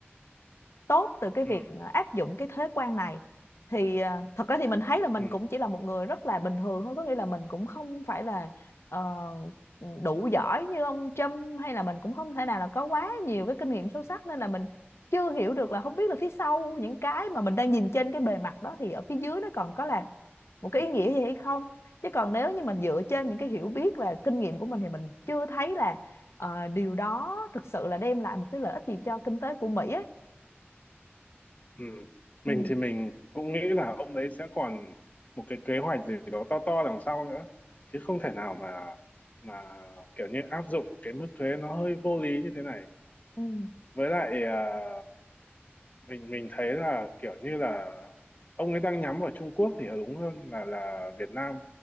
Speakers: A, on the left; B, on the left.
A: tốt từ cái việc
B: ừ.
A: áp dụng cái thuế quan này thì ờ, thật ra thì mình thấy là mình
B: Ừ.
A: cũng chỉ là một người rất là bình thường thôi có nghĩa là mình cũng không phải là ờ, đủ giỏi như ông Trump hay là mình cũng không thể nào là có quá nhiều cái kinh nghiệm sâu sắc nên là mình chưa hiểu được là không biết là phía sau những cái mà mình đang nhìn trên cái bề mặt đó thì ở phía dưới nó còn có là một cái
B: Ừ.
A: ý nghĩa gì hay không chứ còn nếu như mình dựa trên những cái hiểu biết và kinh nghiệm của mình thì mình chưa thấy là ờ, điều đó thực sự là đem lại một cái lợi ích gì cho kinh tế của Mỹ ấy.
B: Ừ.
A: Ừ,
B: Mình thì mình cũng nghĩ là ông đấy sẽ còn một cái kế hoạch gì đó to to đằng sau nữa chứ không thể nào mà mà kiểu như áp dụng cái mức thuế nó hơi vô lý như thế này.
A: ừ,
B: Với lại à, mình mình thấy là kiểu như là ông ấy đang nhắm vào Trung Quốc thì đúng hơn là là Việt Nam.